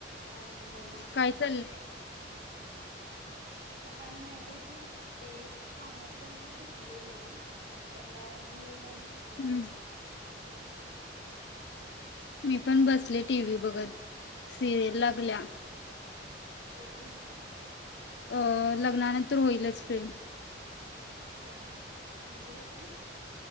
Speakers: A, on the right (about 50°); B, on the left (about 65°).
A: हा बोला
B: काय चाललंय?
A: काही नाही ते एक कानातलं माझ तुटलेलं त्याला ग्लू लावून चिपकाव
B: हम्म
A: लागलो
B: मी पण बसले टीव्ही बघत सिरियल ला ला
A: कोणी
B: अ लग्नानंतर होईलच प्रेम
A: ह ह चांगली काय?